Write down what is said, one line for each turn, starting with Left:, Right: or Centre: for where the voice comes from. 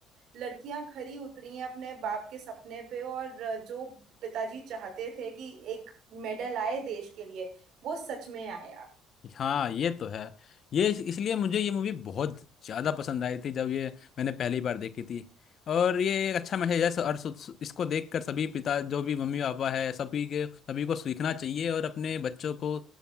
Right: लड़कियां खरी उतरी हैं अपने बाप के सपने पे और अ, जो पिताजी चाहते थे कि एक मेडल आए देश के लिए वो सच में आया
Left: हाँ ये तो है ये इस- इसलिए मुझे ये मूवी बहुत ज़्यादा पसंद आई थी जब ये मैंने पहली बार देखी थी और ये एक अच्छा मैसेज है और सु- सु- इसको देखकर सभी पिता जो भी मम्मी पापा है सभी के सभी को सीखना चाहिए और अपने बच्चों को